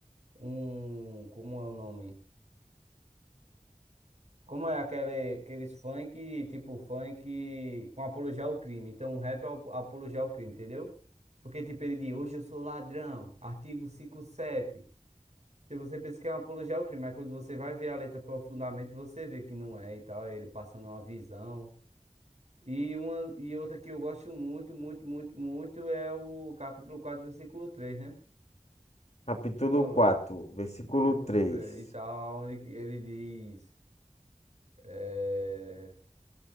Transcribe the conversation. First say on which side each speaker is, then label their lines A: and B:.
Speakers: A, on the right; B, on the left.
A: Um. Como é o nome? Como é aquele, aqueles funk, tipo funk com apologia ao crime. Então, o rap é ap- apologia ao crime, entendeu? Porque, tipo, ele diz, hoje eu sou ladrão, artigo cinquenta e sete Se você pensa que é uma apologia ao crime, mas quando você vai ver a letra profundamente, você vê que não é e tal, é ele passando uma visão. E, uma, e outra que eu gosto muito, muito, muito, muito é o capítulo quatro versículo três né?
B: Capítulo
A: Como tu falou,
B: 4,
A: né?
B: versículo
A: Versículo
B: 3.
A: 3 e tal, onde ele diz. eh,